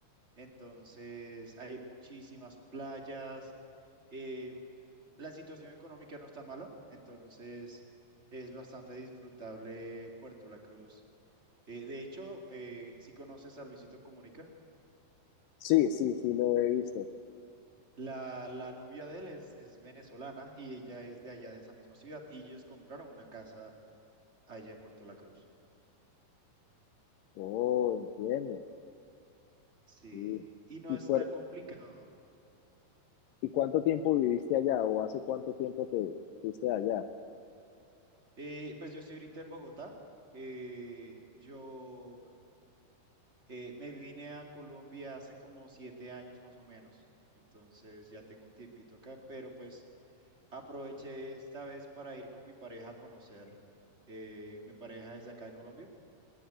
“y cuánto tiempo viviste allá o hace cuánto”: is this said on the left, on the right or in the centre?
Left